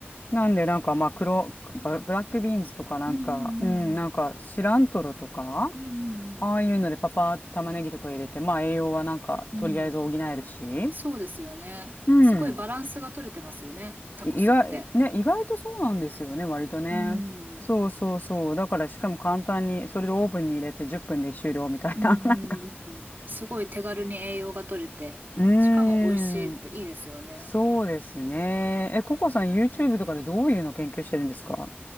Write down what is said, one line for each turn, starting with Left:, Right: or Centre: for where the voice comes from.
Left: なんで、なんか、まあ、黒、ブブラックビーンズとか、なんか、
Right: うんうん
Left: うん、なんか、シラントロとか、
Right: うんうん。
Left: ああいうので、パパ、玉ねぎとか入れて、まあ、栄養はなんか、
Right: うんうんうん。
Left: とりあえず補えるし、
Right: うんそうですよね。
Left: うん、
Right: すごいバランスが取れてますよね。タコスって。
Left: い意外、ね、意外とそうなんですよね、割とね。
Right: うん。
Left: そうそうそう。だから、しかも簡単に、それでオーブンに入れて10分で終了みたいな、
Right: うんうんうん。
Left: <laughs> なんか。
Right: すごい手軽に栄養が取れて、
Left: うーん、
Right: しかも美味しいっていいですよね。
Left: そうですね。え、ココさん、YouTube とかでどういうの研究してるんですか